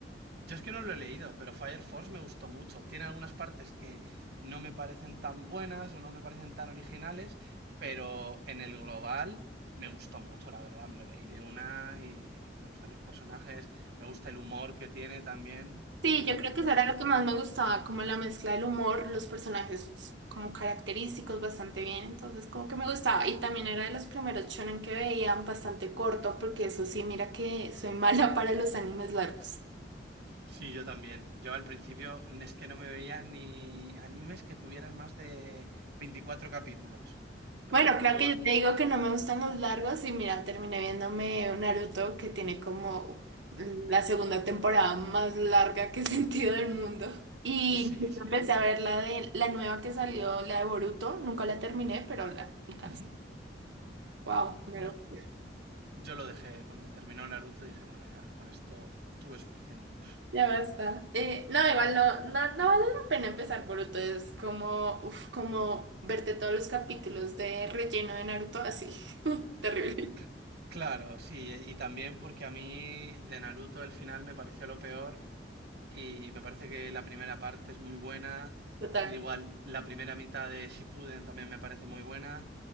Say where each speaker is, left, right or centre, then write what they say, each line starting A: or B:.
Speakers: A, on the right; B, on the right.
A: Yo es que no lo he leído, pero Fire Force me gustó mucho. Tiene algunas partes que no me parecen tan buenas o no me parecen tan originales, pero en el global me gustó mucho, la verdad. Me lo leí de una y me gustan los personajes, me gusta el humor que tiene también,
B: Sí,
A: que le mete
B: yo creo
A: ahí un
B: que eso era
A: buen
B: lo
A: humor.
B: que más me gustaba, como la mezcla del humor, los personajes como característicos bastante bien, entonces como que me gustaba. Y también era de los primeros shonen que veían bastante corto, porque eso sí, mira que soy mala <laughs> para los animes largos.
A: Sí, yo también. Yo al principio es que no me veía ni animes que tuvieran más de 24 capítulos. Lo-
B: Bueno, creo
A: Luego,
B: que yo te digo que no me gustan los largos y mira, terminé viéndome un Naruto que tiene como la segunda temporada más larga que he <laughs> sentido del mundo. Y
A: sí,
B: incluso
A: sí.
B: empecé a ver la de la nueva que salió, la de Boruto. Nunca la terminé, pero la alcancé.
A: Ujú.
B: Wow, una
A: No,
B: locura.
A: Yo lo dejé cuando terminó Naruto, dije, bueno, ya, con esto tuve suficiente.
B: Ya basta. Eh, no, igual no, no, no vale la pena empezar Boruto. Es como, uf, como verte todos los capítulos de relleno de Naruto así. <laughs> Terrible.
A: Cl- claro, sí, y también porque a mí de Naruto el final me pareció lo peor y me parece que la primera parte es muy buena
B: Total.
A: y igual la primera mitad de Shippuden también me parece muy buena